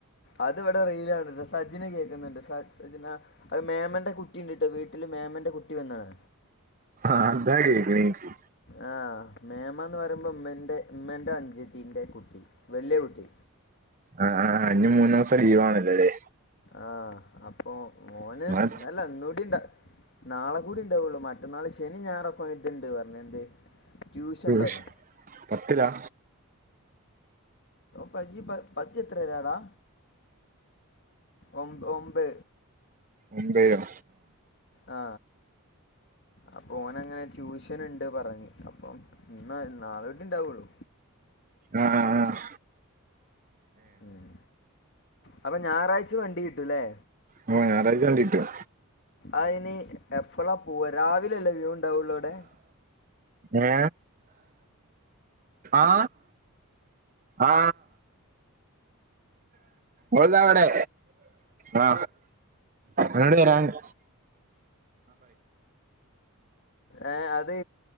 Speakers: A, on the left; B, on the right.
A: അത് ഇവിടെ റീലാണ് സജിന് കേൾക്കുന്നുണ്ട് സ സജിന അ മേമന്റെ കുട്ടിണ്ട് ട്ടോ വീട്ടില് മന്റെ കുട്ടി വന്ന്ണ്
B: ആ അതാ കേക്ക്ണ് ഇക്ക്
A: ആ മേമാന്ന് പറയുമ്പോ ഉമ്മൻ്റെ ഉമ്മൻ്റെ അഞ്ജത്തിൻ്റെ കുട്ടി വലിയ കുട്ടി
B: ആ അഞ്ഞു മൂന്നു ദിവസം ലീവ് ആണല്ലോല്ലേ
A: ആ അപ്പൊ മോന്
B: ആ,
A: ഇന്നലെ ഇന്നൂടി ഇണ്ടാ നാളെ കൂടി ഉണ്ടാവുള്ളൂ മറ്റന്നാള് ശനി ഞാറൊക്ക ഇതുണ്ട് പറഞ്ഞ് എന്ത് ട്യൂഷൻ
B: ദൂഷ്
A: ഉണ്ടല്ലോ
B: പത്തിലാ
A: പ പ പജ എത്രരടാ ഒ ഒമ്പത്
B: ഒമ്പൈ ആ
A: ആ അപ്പൊ ഓന് അങ്ങനെ ട്യൂഷൻ ഇണ്ട് പറഞ്ഞ് അപ്പം ഇ നാളെ ഇണ്ടാവുള്ളു
B: ആ ആഹ്
A: ഉം അപ്പൊ ഞായറാഴ്ച വണ്ടി കിട്ടൂല്ലേ
B: ഓ ഞായറാഴ്ച വണ്ടിട്ടും
A: ആ ഇനി എഫളാ പോവ രാവിലല്ലേ വ്യൂ ഉണ്ടാവുള്ളോ അടെ
B: ഏ ആ ആ ഓള്താ ഇവിടെ ആ എന്നോട് വരാന്ന്
A: ഏ അത്